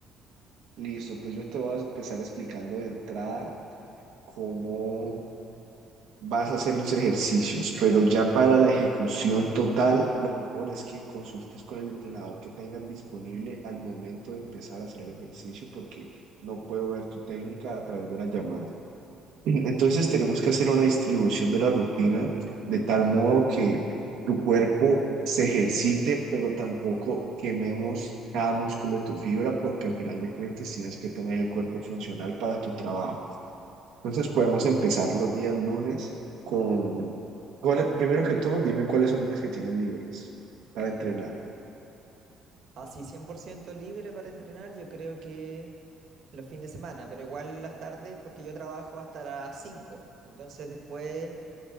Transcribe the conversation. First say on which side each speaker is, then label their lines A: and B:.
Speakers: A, on the right (about 80°); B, on the right (about 55°).
A: Listo, pues yo te voy a empezar explicando de entrada cómo vas a hacer los ejercicios, pero ya para la ejecución total, lo mejor es que consultes con el entrenador que tengas disponible al momento de empezar a hacer el ejercicio, porque no puedo ver tu técnica a través de la llamada. <clears throat> Entonces
B: Ok.
A: tenemos que hacer una distribución de la rutina de tal modo que tu cuerpo se ejercite, pero tampoco quememos cada músculo de tu fibra, porque al final de cuentas tienes que tener el cuerpo funcional para tu trabajo. Entonces podemos empezar los días lunes con, ¿cuál es- primero que todo, dime cuáles son los días que tienes libres para entrenar.
B: Así 100% libre para entrenar, yo creo que los fines de semana, pero igual en las tardes, porque yo trabajo hasta las 5. entonces después